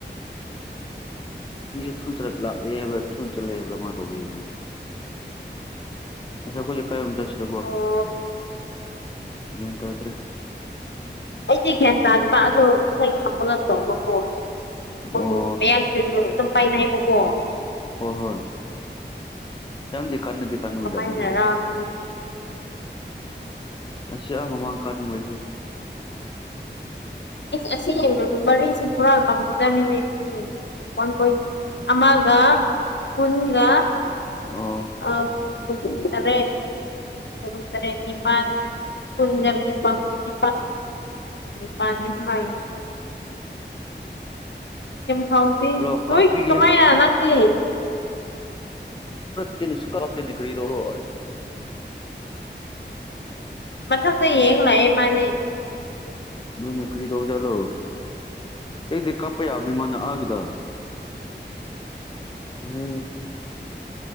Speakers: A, on the left (about 25°); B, on the left (about 70°).
A: ꯏꯁꯦ ꯊꯨ ꯂꯥꯛꯑꯦ ꯍꯥꯏꯕ꯭ꯔꯥ ꯊꯨꯅ ꯆꯠꯂꯦ ꯍꯥꯏꯕ꯭ꯔꯥ ꯃꯥ ꯇꯧꯔꯅꯤ ꯑ ꯀ ꯀꯩ ꯁꯤꯣ
B: ꯑꯣ
A: ꯌꯦꯇ ꯍꯥꯏꯇ꯭ꯔꯦ
B: ꯑꯩꯗꯤ ꯒ꯭ꯌꯥꯟ ꯇꯥꯗꯕ ꯑꯗꯣ ꯏꯁꯩ ꯈꯝꯕꯒ ꯇꯧꯕꯀꯣ ꯍꯣꯏ
A: ꯑꯣ
B: ꯃꯌꯥꯝꯁꯨ ꯑꯗꯨꯝ ꯄꯥꯏꯅꯕꯀꯣ
A: ꯍꯣꯏ ꯍꯣꯏ ꯌꯥꯝ ꯀꯥ ꯗꯨꯀꯥꯥꯟꯅꯨꯡ
B: ꯀꯃꯥꯏꯅꯔꯥ
A: ꯃꯖꯥꯅꯤ ꯄ
B: ꯈꯪꯗꯦ꯫
A: ꯑꯁꯤꯁ ꯑ ꯃꯃꯥꯡ ꯀꯥꯅꯤꯡꯉꯩꯁꯦ
B: ꯑꯁꯤ ꯃꯔꯤꯁꯤ ꯊꯣꯔꯥ ꯀꯝꯇꯅꯤꯗꯤ ꯋꯥꯟ ꯄꯣꯏꯟ ꯑꯃꯒ ꯀꯨꯟꯒ
A: ꯑꯣ
B: ꯑ ꯑꯗꯦ ꯁꯨꯔꯦꯅꯤ ꯄ ꯀꯨꯟꯖꯝꯅꯤꯄꯥꯅꯤ ꯄ ꯄꯅꯤ ꯃꯥ ꯍꯥꯎꯗꯤ
A: ꯍꯜꯂꯣ
B: ꯍꯣꯏ
A: ꯀꯥꯞꯄꯤꯒꯦ
B: ꯀꯃꯥꯏꯅ ꯅꯪꯒꯤ
A: ꯐꯅꯤ ꯁꯨꯀꯥ ꯂꯥꯛꯇꯅꯤ ꯀꯔꯤꯗꯔꯣ
B: ꯃꯊꯗ ꯌꯦꯡ ꯂꯌꯦ ꯃꯥꯅꯤ
A: ꯑꯗꯨꯅꯤ ꯀꯔꯤ ꯀꯧ ꯆꯂꯣ ꯑꯩꯗꯤ ꯀꯥꯄꯩꯥꯕꯅꯤ ꯃꯅ ꯑꯒꯗ ꯍ